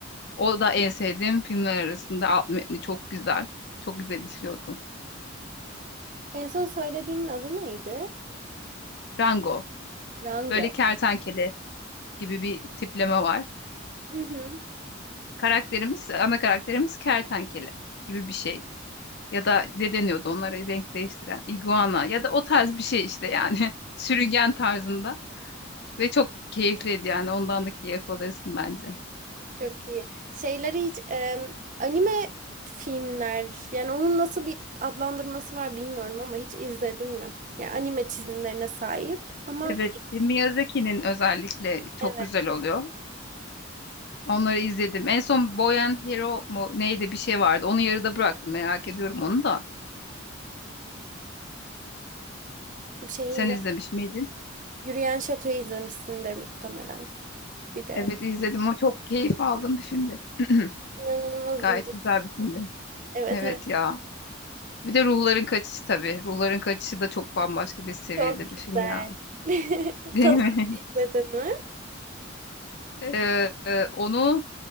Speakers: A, on the left; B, on the right.
A: O da en sevdiğim filmler arasında. Alt metni çok güzel. Çok güzel işliyordu.
B: En son söylediğinin adı neydi?
A: Rango.
B: Rango.
A: Böyle kertenkele gibi bir tipleme var.
B: Hı hı.
A: Karakterimiz, ana karakterimiz kertenkele gibi bir şey. Ya da ne deniyordu onlara renk değiştiren? Iguana ya da o tarz bir şey işte yani. <laughs> Sürüngen tarzında. Ve çok keyifliydi yani ondan da keyif alırsın bence.
B: Çok iyi. Şeyleri hiç em, anime filmler yani onun nasıl bir adlandırması var bilmiyorum ama hiç izledin mi? Yani anime çizimlerine sahip ama
A: Evet, Miyazaki'nin özellikle çok
B: evet
A: güzel oluyor. Onları izledim. En son Boy and Hero mu neydi bir şey vardı. Onu yarıda bıraktım. Merak ediyorum onu da.
B: bir şey
A: Sen
B: izle.
A: izlemiş miydin?
B: Yürüyen Şato'yu izlemişsindir muhtemelen bir de.
A: Evet izledim. O çok keyif aldığım bir filmdi. <clears throat>
B: İnanılmaz
A: Gayet
B: iyi.
A: güzel bir filmdi.
B: Evet
A: Evet
B: evet
A: ya. Bir de Ruhların Kaçışı tabii. Ruhların Kaçışı da çok bambaşka bir seviyede
B: çok
A: bir
B: güzel.
A: film ya.
B: <laughs>
A: Değil
B: Totoro
A: mi? <laughs>
B: izledin mi?
A: Ee, e, onu